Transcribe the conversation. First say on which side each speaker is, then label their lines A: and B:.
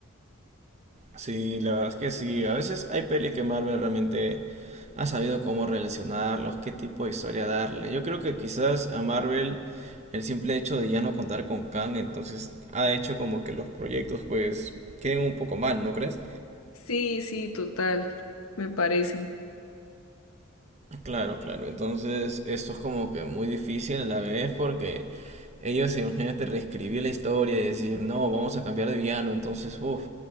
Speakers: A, on the right; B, on the left.
A: Sí, la verdad es que sí, a veces hay pelis que Marvel realmente ha sabido cómo relacionarlos, qué tipo de historia darle. Yo creo que quizás a Marvel el simple hecho de ya no contar con Kang, entonces ha hecho como que los proyectos pues queden un poco mal, ¿no crees?
B: Sí, sí, total, me parece.
A: Claro, claro, entonces esto es como que muy difícil a la vez porque ellos imagínate reescribir la historia y decir, no, vamos a cambiar de villano, entonces, uff.